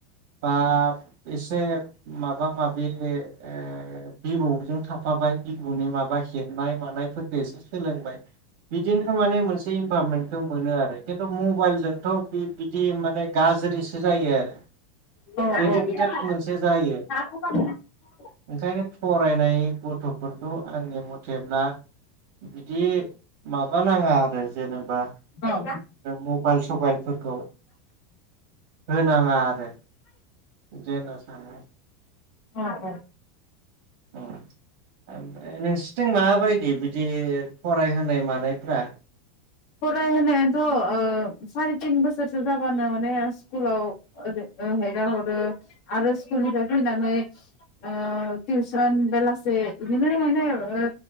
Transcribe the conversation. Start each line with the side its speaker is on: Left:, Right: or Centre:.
Right: बा एसे माबा माबि ओ भिबौजों थाफाबाय बिबौनि माबा हेबनाय मानायफोरफोरखौ एसे सोलोंबाय बि बिदिनो माने मोनसे इनभारमेन्टखौ मोनो आरो खिन्थु मबाइलजोंथ बिदि माने गाज्रिसो जायो आरो
Left: औ औ
Right: एडिक्टेड
Left: <unintelligible>
Right: मोनसे जायो ओंखायनो फरायनाय गथ'फोरखौ आंनि मथेब्ला बिदि माबा नांङा आरो जेनेबा
Left: औ
Right: मबाइल सबाइलफोरखौ होनांङा आरो बिदि होनना सानो
Left: औ औ
Right: <unintelligible> उम ओमफ्राय नोंसोरथि मा बायदि बिदि फरायहोनाय मानायफ्रा
Left: फरायहोनायाथ' ओ साराय तिन बोसोरसो जाबानो माने स्कुलावओै हेगार हरो आरो स्कुलनिफ्राय फैनानै ओ टिउसन बेलासे बिनो माने ओ